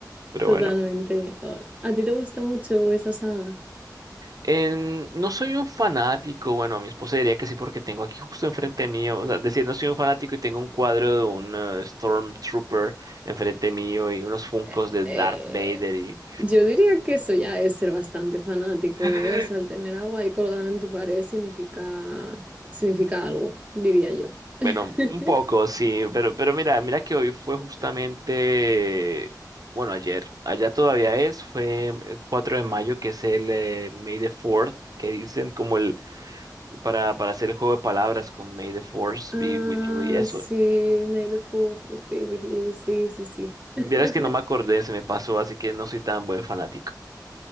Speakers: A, on the right; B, on the right.
A: pero
B: totalmente.
A: bueno.
B: Oh, ¿A ti te gusta mucho esa saga?
A: Em, no soy un fanático, bueno, mi esposa diría que sí porque tengo aquí justo enfrente mío, o sea, decir, no soy un fanático y tengo un cuadro de un eh, Stormtrooper enfrente mío y unos Funkos
B: Eh,
A: de
B: eh,
A: Darth Vader y
B: yo diría que eso ya es ser bastante fanático,
A: <laughs>
B: ¿eh? O sea, el tener algo ahí colgado en tu pared significa, significa algo, diría yo.
A: bueno,
B: <laughs>
A: un poco, sí, pero, pero mira, mira que hoy fue justamente, bueno, ayer, allá todavía es, fue el 4 de mayo, que es el eh, May the Fourth que dicen como el, para, para hacer el juego de palabras con May the Force
B: Ah,
A: y, y eso.
B: sí, May the fourth would be with you. Sí, sí, sí. <laughs>
A: Verás que no me acordé, se me pasó, así que no soy tan buen fanático.